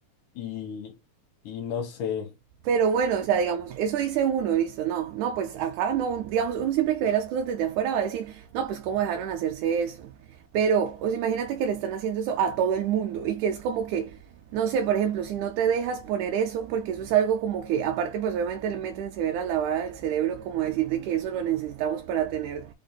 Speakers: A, on the left; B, on the right.
A: Y, y no sé.
B: Pero bueno, o sea, digamos, eso dice uno, listo, no, no, pues acá no, digamos, uno siempre que ve las cosas desde afuera va a decir, no, pues cómo dejaron hacerse eso. Pero, o sea, imagínate que le están haciendo eso a todo el mundo y que es como que, no sé, por ejemplo, si no te dejas poner eso, porque eso es algo como que, aparte, pues obviamente le meten severa lavada del cerebro, como decir de que eso lo necesitamos para tener,